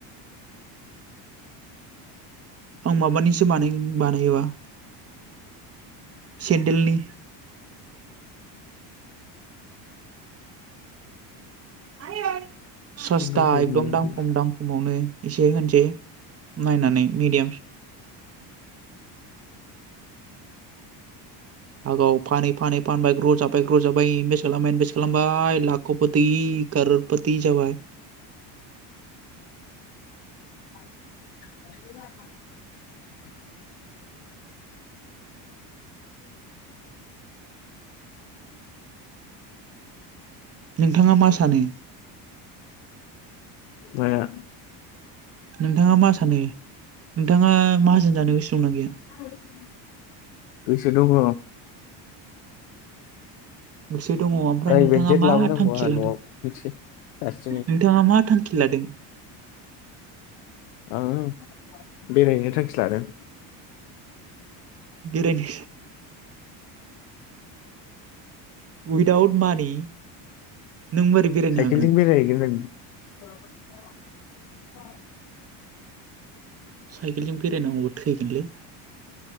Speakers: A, on the right (about 30°); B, on the left (about 85°).
A: आं माबानिसो बानायोङ बानायोबा सेेनडेलनि आयै सोस्था
B: इंराजफोर
A: एकदम दाम खम दाम खमावनो एसे होनसै नायनानै मिडियाम आगाव फानै फानै फानबाय ग्र जाबाय ग्र जाबाय इनभेस्ट खालामबाय इनभेस्ट खालामबाय लाख खौफोथि खोरफोथि जाबाय
B: <unintelligible>
A: नोंथाङा मा सानो
B: माया
A: नोंथाङा मा सानो नोंथाङा माहाजोन जानो? गोसो दंना गैया
B: आरो गोसो दङ
A: गोसो दङ आमफ्राय
B: प्राइभेट
A: नोंथाङा
B: जेट
A: मा
B: लाबोनांगौ
A: थांखि
B: आंहा
A: लादों
B: न'आव मिथिबाय हारसिङै
A: नोंथाङा मा थां खिलादों
B: आंङो बेरायहैनो थांखि लादों
A: बेरायनो उइदाउट मानि नों बोरै बेरायनो
B: साइकेलजों
A: हागोन
B: बेरायहैगोन <unintelligible>
A: साइकेलजों बेरायनांगौबा थैगोनलै